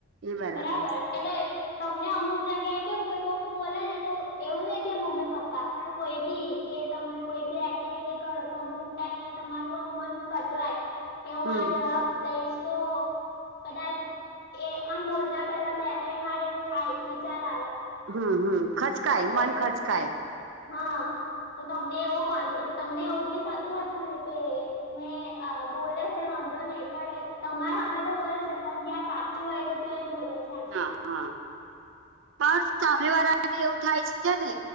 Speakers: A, on the right; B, on the left.
A: એ
B: બરાબર
A: છે
B: એેલે તમને અમુક જગ્યા એ કેવું કે કોક બોલે ને તો એવું નહિ કે મમ્મી પપ્પા પણ કોઈ બી એકે કે તમે કોઈ બી એક્ટિવિટી કરો તો અમુક ટાઈમે તમારું આ મન ખચવાય કે હું
A: હમ
B: આ જવાબ દઈશ તો કદાચ એ આમ બોલતા પેલા બે ત્રણ વાર એવું થાય વિચાર આવે
A: હમ હમ ખચકાય
B: એટલે
A: મન ખચકાય
B: હા તો તમને એવો કોન્ફ તમને એવું બી થતું હશે ને કે મેં બોલે છે વાધો નહી પણ તમારે અમે તો બોલે છે પણ જ્યાં સાચું હોય તો ત્યાં બોલે છે એમ
A: હા હા
B: <inaudible>
A: પણ સામે વાર આને એવું થાય છે ને